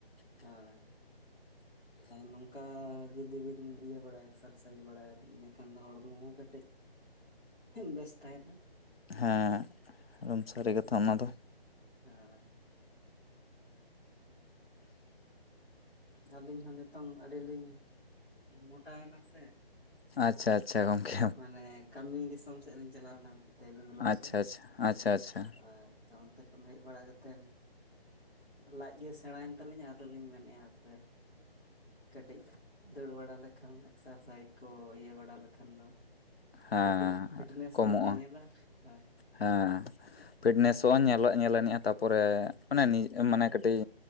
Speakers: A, on the left; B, on the left.
A: <inaudible>
B: ᱦᱳᱭ ᱱᱚᱝᱠᱟ ᱡᱩᱫᱤ ᱵᱤᱱ ᱤᱭᱟᱹ ᱵᱟᱲᱟᱭᱟ ᱮᱠᱥᱟᱨᱥᱟᱭᱤᱡᱽ ᱵᱟᱲᱟᱭᱟᱵᱤᱱ ᱤᱱᱟᱹᱠᱷᱟᱱ ᱫᱚ ᱦᱚᱲᱢᱚ ᱦᱚᱸ ᱠᱟᱹᱴᱤᱡ ᱵᱮᱥ ᱛᱟᱦᱮᱱᱟ,
A: ᱦᱮᱸ ᱮᱠᱫᱚᱢ ᱥᱟᱹᱨᱤ ᱠᱟᱛᱷᱟ ᱚᱱᱟ ᱫᱚ᱾
B: ᱦᱮᱸ᱾ ᱟᱹᱞᱤᱧ ᱦᱚᱸ ᱱᱤᱛᱚᱝ ᱟᱹᱰᱤ ᱞᱤᱧ ᱢᱚᱴᱟᱭᱮᱱᱟ ᱥᱮ᱾
A: ᱟᱪᱪᱷᱟ ᱟᱪᱪᱷᱟ ᱜᱚᱢᱠᱮ
B: ᱢᱟᱱᱮ ᱠᱟᱹᱢᱤ ᱫᱤᱥᱚᱢ ᱥᱮᱫ ᱞᱤᱧ ᱪᱟᱞᱟᱣ ᱞᱮᱱᱟ, ᱱᱚᱱᱛᱮ ᱵᱮᱝᱜᱞᱳᱨ
A: ᱟᱪᱪᱷᱟ
B: ᱥᱮᱫ
A: ᱟᱪᱪᱷᱟ ᱟᱪᱪᱷᱟ ᱟᱪᱪᱷᱟ
B: ᱦᱳᱭᱛᱚ ᱚᱱᱛᱮ ᱠᱷᱚᱱ ᱦᱮᱡ ᱵᱟᱲᱟ ᱠᱟᱛᱮᱱ ᱞᱟᱡ ᱜᱮ ᱥᱮᱬᱟᱭᱮᱱ ᱛᱟᱹᱞᱤᱧᱼᱟ ᱟᱫᱚᱞᱤᱧ ᱢᱮᱱᱮᱫᱼᱟ ᱦᱟᱯᱮ ᱠᱟᱹᱴᱤᱡ ᱫᱟᱹᱲ ᱵᱟᱲᱟ ᱞᱮᱠᱷᱟᱱ ᱮᱠᱥᱟᱨᱥᱟᱭᱤᱡᱽ ᱠᱚ ᱤᱭᱟᱹ ᱵᱟᱲᱟ ᱞᱮᱠᱷᱟᱱ ᱫᱚ
A: ᱦᱮᱸ
B: ᱠᱟᱹᱴᱤᱡ ᱯᱷᱤᱴᱱᱮᱥ
A: ᱠᱚᱢᱚᱜᱼᱟ
B: ᱧᱚᱜ ᱧᱮᱧᱮᱞᱟ ᱟᱨ
A: ᱦᱮᱸ ᱯᱷᱤᱴᱱᱮᱥᱚᱜᱼᱟ᱾ ᱦᱚᱸ ᱧᱮᱞᱚᱜ ᱧᱮᱞ ᱟᱹᱱᱤᱡᱼᱟ ᱛᱟᱨᱯᱚᱨᱮ ᱚᱱᱮ ᱱᱤ ᱢᱟᱱᱮ ᱠᱟᱹᱴᱤᱡ